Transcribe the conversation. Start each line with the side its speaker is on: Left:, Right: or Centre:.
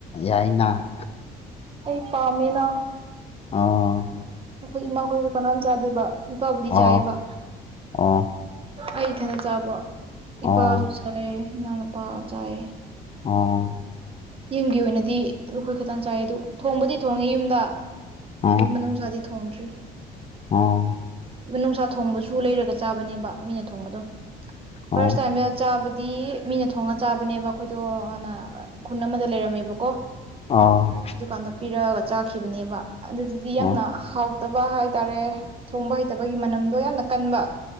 Left: ꯌꯥꯏꯅ
Right: ꯑꯩ ꯄꯃꯦꯅꯥ
Left: ꯑꯥ
Right: ꯑꯩꯈꯣꯏ ꯏꯃꯥꯈꯣꯏꯁꯨ ꯀꯅꯥꯝ ꯆꯥꯗꯦꯕ ꯏꯄꯥꯕꯨꯗꯤ
Left: ꯑꯣ
Right: ꯆꯥꯏꯌꯦꯕ
Left: ꯑꯣ
Right: ꯑꯩ ꯊꯅ ꯆꯥꯕ
Left: ꯑꯣ
Right: ꯏꯄꯥꯁꯨ ꯆꯥꯏꯌꯦ ꯏꯅꯥꯎꯅꯨꯄꯥ ꯆꯥꯏꯌꯦ
Left: ꯑ
Right: ꯌꯨꯝꯒꯤ ꯑꯣꯏꯅꯗꯤ ꯑꯗꯨ ꯑꯩꯈꯣꯏ ꯈꯇꯪ ꯆꯥꯏ ꯑꯗꯨ ꯊꯣꯡꯕꯗꯤ ꯊꯣꯡꯉꯦ ꯌꯨꯝꯗ
Left: ꯑꯣ
Right: ꯑꯗꯨꯝ ꯃꯅꯪꯖꯥꯗꯤ ꯊꯣꯡꯅꯗ꯭ꯔꯤ
Left: ꯑꯣ
Right: ꯅꯨꯡꯁꯥ ꯊꯣꯡꯕꯁꯨ ꯂꯩꯔꯒ ꯆꯥꯕꯅꯦꯕ ꯃꯤꯅ ꯊꯣꯡꯕꯗꯣ
Left: ꯑꯣ
Right: ꯐꯥꯔꯁ ꯇꯥꯏꯝꯗ ꯆꯥ ꯍꯥꯏꯕꯗꯤ ꯃꯤꯅ ꯊꯣꯡꯉ ꯆꯥꯕꯅꯦꯕ ꯑꯩꯈꯣꯏꯗꯣ ꯍꯥꯟꯅ ꯈꯨꯟ ꯑꯃꯗ ꯂꯩꯔꯝꯃꯦꯕꯀꯣ
Left: ꯑꯥ
Right: ꯑꯗꯨꯀꯥꯟꯗ ꯄꯤꯔꯛꯑꯒ ꯆꯥꯈꯤꯕꯅꯦꯕ ꯑꯗꯨꯗꯨꯗꯤ
Left: ꯑꯣ
Right: ꯌꯥꯝꯅ ꯍꯥꯎ ꯍꯇꯕ ꯍꯥꯏꯇꯥꯔꯦ ꯊꯣꯡꯕ ꯍꯩꯇꯕꯒꯤ ꯃꯅꯝꯗꯣ ꯌꯥꯝꯅ ꯀꯟꯕ